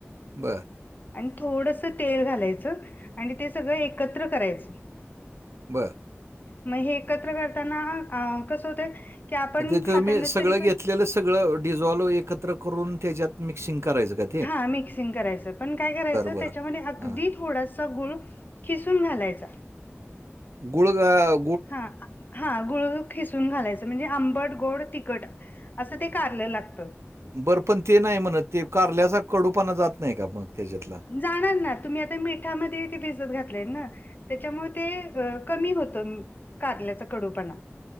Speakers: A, on the right; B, on the left.
A: बरं
B: आणि थोडंसं तेल घालायचं आणि ते सगळं एकत्रं करायचं
A: बरं
B: मंग हे एकत्रं करतांना अं कसं होतंय की आपण
A: तिथं
B: खाताना
A: मी सगळं
B: तरी पण
A: घेतलेलं सगळं डिझॉल्व एकत्रं करूंन त्यांच्यात मिक्सिंग करायचं कां
B: हां मिक्सिंग करायचं पणं कायं करायचं
A: बरं
B: त्यांच्यामध्ये अगदींच
A: हां
B: थोडांसा गुंळ किसूंन घालांयचा
A: गुंळयां
B: हां हां गुळ खिसून घालायचं म्हणजे आंबट गोड तिखट असं ते कारलं लागतं.
A: बरं पण ते नाही म्हणत ते कारल्याचा कडूपणा जात नाही का मग त्याच्यातला?
B: जाणार ना तुम्ही आता मिठामध्ये ते भिजत घातलेय ना त्याच्यामुळे ते कमी होतं कारल्याचा कडूपणा.